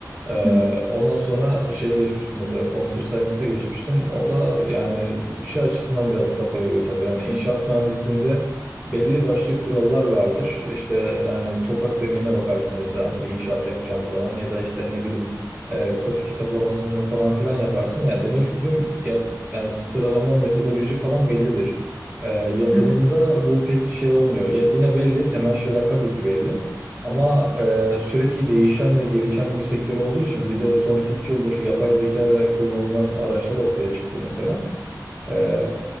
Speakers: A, on the right (about 25°); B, in the centre.
A: Ee,
B: hı hı,
A: ondan sonra şeye geçmiştim mesela computer science'a geçmiştim. O da yani şey açısından biraz kafa yoruyor tabii. Hani inşaat mühendisliğinde belli başlı kurallar vardır. İşte yani toprak zeminine bakarsın mesela hani bir inşaat yapacağın zaman ya da işte ne bileyim e, statik hesaplamasını falan filan yaparsın. Yani demek istediğim yap, yani sıralama metodoloji falan bellidir. Ee, yazılımda
B: hı hı.
A: bu pek şey olmuyor. Yani yine belli temel şeyler tabii ki belli. Ama e, sürekli değişen ve gelişen bir sektör olduğu için bir de son iki üç yıldır yapay zeka ile kullanılan araçlar ortaya çıktı mesela. E,